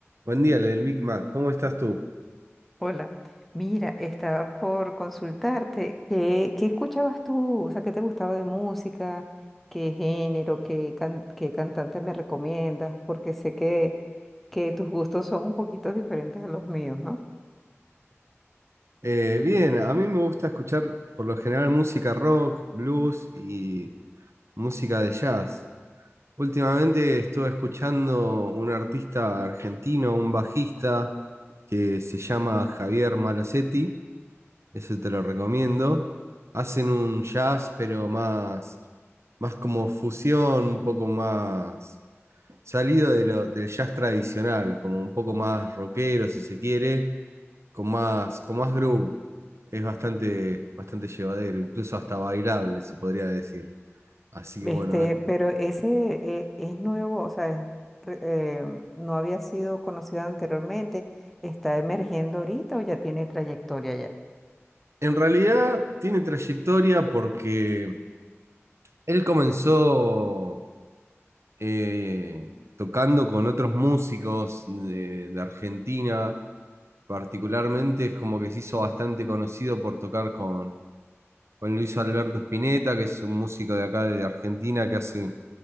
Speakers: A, on the right; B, in the centre.
A: Buen día, el Big Mac. ¿Cómo estás tú?
B: Hola, mira, estaba por consultarte, ¿qué, qué escuchabas tú? O sea, ¿qué te gustaba de música? ¿Qué género? ¿Qué, can- qué cantante me recomiendas? Porque sé que, que tus gustos son un poquito diferentes a los míos, ¿no?
A: Eh, bien, a mí me gusta escuchar por lo general música rock, blues y música de jazz. Últimamente estuve escuchando un artista argentino, un bajista que se llama Javier Malosetti. Eso te lo recomiendo. Hacen un jazz, pero más, más como fusión, un poco más salido de lo- del jazz tradicional, como un poco más rockero, si se quiere con más, con más groove. Es bastante, bastante llevadero, incluso hasta bailable, se podría decir. Así que
B: Este,
A: bueno, eh.
B: pero ese eh, es nuevo, o sea, es re- eh, no había sido conocido anteriormente, ¿está emergiendo ahorita o ya tiene trayectoria ya?
A: En realidad tiene trayectoria porque él comenzó eh, tocando con otros músicos de, de Argentina, particularmente es como que se hizo bastante conocido por tocar con, con Luis Alberto Spinetta, que es un músico de acá de Argentina que hace